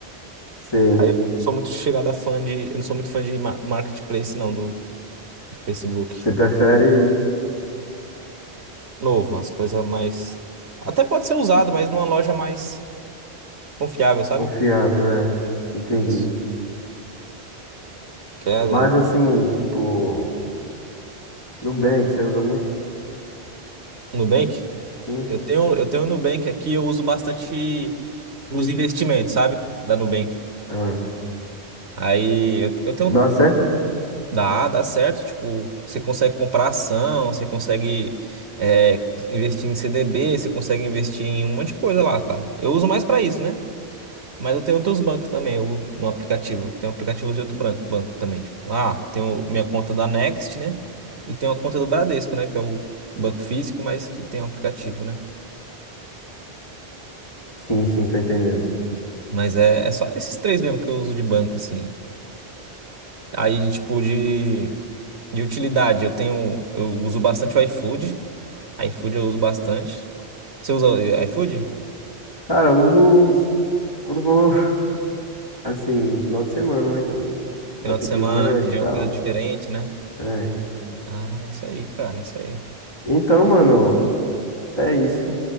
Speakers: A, on the left; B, on the right.
A: sei.
B: Aí eu não sou muito chegada fã de. Eu não sou muito fã de ma- marketplace, não, do, do Facebook.
A: Você prefere
B: Novo, as coisas mais. Até pode ser usado, mas numa loja mais confiável, sabe?
A: confiável, é. Entendi.
B: Isso. Que é
A: Mas
B: é,
A: assim, tipo, Nubank, você usa muito?
B: Nubank.
A: Sim.
B: Eu tenho, eu tenho o Nubank aqui, eu uso bastante os investimentos, sabe? Da Nubank.
A: Ah,
B: Aí eu, eu tenho
A: dá certo?
B: Dá, dá certo. Tipo, você consegue comprar ação, você consegue é, investir em CDB, você consegue investir em um monte de coisa lá, cara. Eu uso mais pra isso, né? Mas eu tenho outros bancos também, eu, no aplicativo. Tenho aplicativos de outro banco, banco também. Tipo, ah, tenho minha conta da Next, né? E tenho a conta do Bradesco, né? Que é o banco físico, mas que tem um aplicativo, né?
A: Sim, sim, tô entendendo.
B: Mas é, é só esses três mesmo que eu uso de banco, assim. Aí, tipo, de, de utilidade, eu tenho, eu uso bastante o iFood. iFood eu uso bastante. Você usa o iFood?
A: Cara, eu uso s- quando eu vou, <laughs> assim, final de semana, né? Quando vai
B: Final
A: pedir
B: de semana,
A: um lanche
B: né? Pedir
A: e tal.
B: uma coisa diferente, né?
A: É.
B: Ah, isso aí, cara, isso aí.
A: Então, mano, é isso.